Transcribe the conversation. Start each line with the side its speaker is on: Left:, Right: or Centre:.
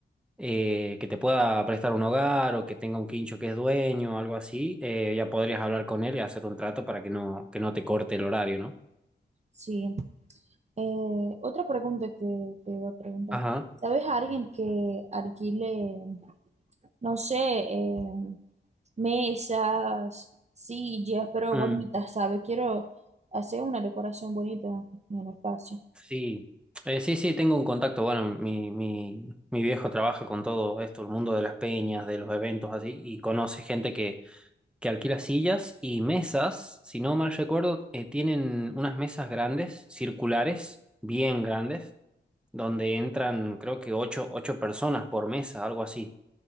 Centre: eh, que te pueda prestar un hogar o que tenga un quincho que es dueño o algo así, eh, ya podrías hablar con él y hacer un trato para que no, que no te corte el horario, ¿no?
Right: sí. Eh, otra pregunta que te iba a preguntar.
Centre: Ajá.
Right: ¿Sabes a alguien que alquile? no sé, eh, mesas, sillas, pero
Centre: Mm,
Right: bonitas, ¿sabes? Quiero hacer una decoración bonita en el espacio.
Centre: Sí. Eh, sí, sí, tengo un contacto. Bueno, mi, mi, mi viejo trabaja con todo esto, el mundo de las peñas, de los eventos así, y conoce gente que, que alquila sillas y mesas, si no mal recuerdo, eh, tienen unas mesas grandes, circulares, bien grandes, donde entran creo que ocho, ocho personas por mesa, algo así.